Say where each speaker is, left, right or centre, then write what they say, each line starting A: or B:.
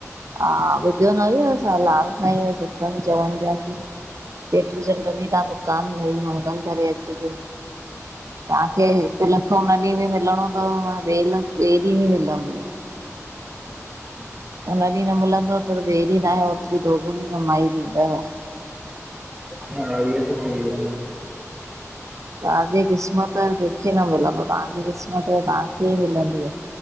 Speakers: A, on the right; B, on the right.
A: हा ॿुधियो न हुयुव छा लाल साईंय ॼो सत्संग चवनि पिया कि चेट्री चण्ड्र ॾिहिं तहां दुकानु भई मंगल करे अचिॼो तहांखे हिकु लखु उन्ह ॾींहुं ॿि मिलिणों तव उन ॿिए लख् ॿिए ॾींहुं ॿि मिलंदुव
B: खाली जवाब
A: उन्ह ॾींहुं न मिलंदुव तुर ॿिए ॾींहुं तहांखे ओतरी दोगुनी कमाई थींदव।
B: हा इह्यो त सही ॻाल्हि।
A: तहांजे क़िस्मत यो कंहिंखे न मिलंदो तहांजी क़िस्मत यो तहांखे ई मिलंदुव